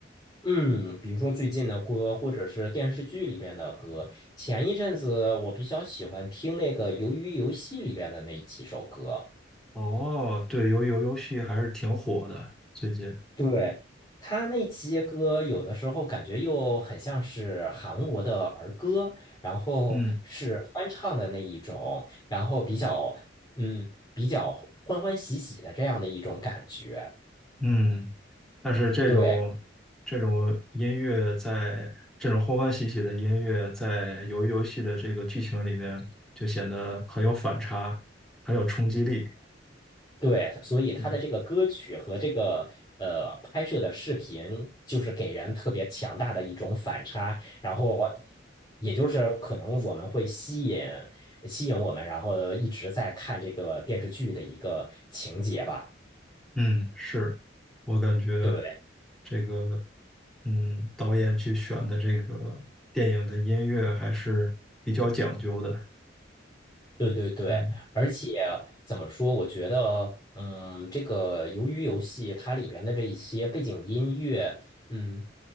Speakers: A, on the left (about 20°); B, in the centre.
A: 嗯，比如说最近的歌，或者是电视剧里边的歌。前一阵子我比较喜欢听那个《鱿鱼游戏》里边的那几首歌。
B: 哦，对，鱿鱼游游戏还是挺火的，最近。
A: 对，他那些歌有的时候感觉又很像是韩国的儿歌，然后是翻唱的那一种，
B: 嗯
A: 然后比较嗯比较欢欢喜喜的这样的一种感觉。
B: 嗯，但是这种这种音乐在这种欢欢喜喜的音乐在游鱼游戏的这个剧情里面就显得很有反差，
A: 对。
B: 很有冲击力。
A: 对，所以他的这个歌曲和这个呃拍摄的视频，
B: 嗯
A: 就是给人特别强大的一种反差，然后也就是可能我们会吸引吸引我们，然后一直在看这个电视剧的一个情节吧。
B: 嗯，是我感觉
A: 对，
B: 这个嗯导演去选的这个电影的音乐还是比较讲究的。
A: 对对对，
B: 嗯
A: 而且怎么说？我觉得，嗯，这个鱿鱼游戏它里边的这一些背景音乐，嗯，